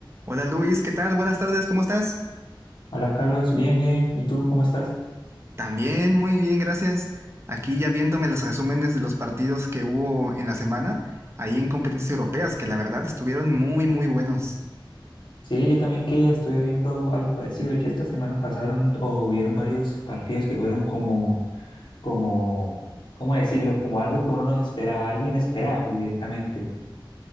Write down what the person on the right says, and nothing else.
Hola Luis, ¿qué tal? Buenas tardes, ¿cómo estás?
También muy bien, gracias. Aquí ya viéndome los resúmenes de los partidos que hubo en la semana, ahí en competencias europeas, que la verdad estuvieron muy, muy buenos.